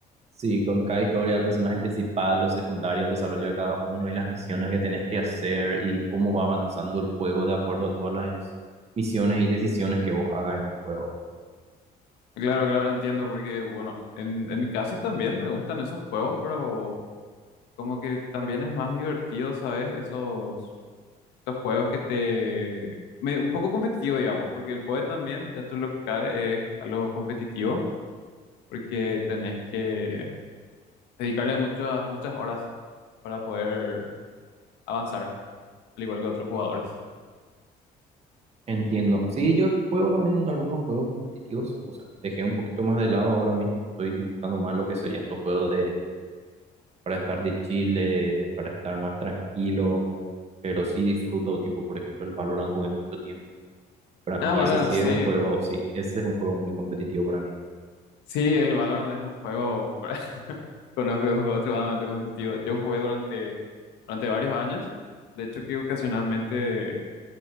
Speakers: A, on the right; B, on the left.
A: Sí, con cada historia, el personaje principal, los secundarios, el desarrollo de cada uno y las misiones que tenés que hacer y cómo va avanzando el juego de acuerdo a todas las misiones y decisiones que vos hagas en el juego. ¿verdad?
B: Claro, claro, entiendo, porque, bueno, en, en mi caso también me gustan esos juegos, pero... Como que también es más divertido, ¿sabes? Esos, esos juegos que te... me- un poco competitivo, digamos, porque el PoE también, dentro de lo que cabe, es algo competitivo, porque tenés que dedicarle muchas, muchas horas para poder avanzar, al igual que otros jugadores.
A: Entiendo. Sí, yo juego también algunos juegos competitivos, o sea, dejé un poquito más de lado ahora mismo, estoy disfrutando más lo que serían los juegos de para estar de chile, para estar más tranquilo pero sí disfruto, tipo, por ejemplo, el Valorant jugué mucho tiempo. Para
B: Ah,
A: mí
B: Valorant,
A: ese sí
B: sí.
A: es un juego, sí, ese es un juego muy competitivo para mí.
B: Sí, el Valorant es un juego, <laughs> conozco, es un juego extremadamente competitivo. Yo jugué durante, durante varios años. De hecho, que ocasionalmente